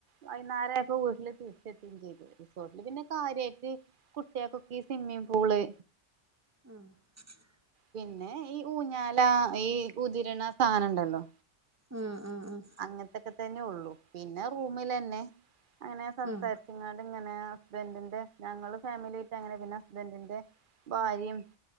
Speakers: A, on the right; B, on the right.
A: വൈന്നാരം ആയപ്പോ വീട്ടില് തിരിച്ചെത്തി ചെയ്തു റിസോർട്ടില് പിന്നെ കാര്യായിട്ട് കുട്ട്യേക്കൊക്കെ ഈ സ്വിമ്മിങ് പൂള്
B: ആഹ് <inaudible>
A: പിന്നെ ഈ ഊഞ്ഞാലാ ഈ ഉതരണ സാനണ്ടല്ലോ
B: ആഹ് ആഹ് ആഹ്
A: അങ്ങൻത്തെക്കെ തെന്നെ ഒള്ളു പിന്നെ റൂമിലെന്നെ അങ്ങനെ സംസാര്ച്ച്ങ്ങാണ്ട്
B: ആഹ്
A: ഇങ്ങനെ ഹസ്ബൻഡിന്റെ ഞങ്ങള് ഫാമില്യറ്റങ്ങനെ ഹസ്ബൻഡിന്റെ ഞങ്ങള് ഫാമിലി ആയിട്ട് അങ്ങനെ പിന്നെ ഹസ്ബൻഡിന്റെ ഭാര്യം